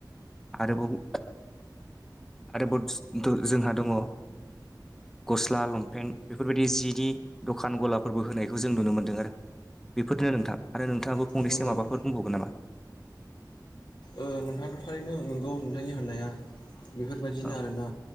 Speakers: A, in the centre; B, on the left.
A: आरोबाव आरो जोंहा दङ ओ गस्ला लंपेन्ट बेफोरबायदि जिनि दखान गलाफोरबो होनायखौ जों नुनो मोनदों आरो बेफोरनो नोंथां आरो नोंथाङाबो
B: नंगौ
A: फंनैसो
B: नंगौ
A: माबाफोर बुंबावगोन नामा
B: ओ नोंथाङाथ' थारैनो नोंगौ नोंथाय होननाया बेफोरबायदिनो
A: औ
B: आरोना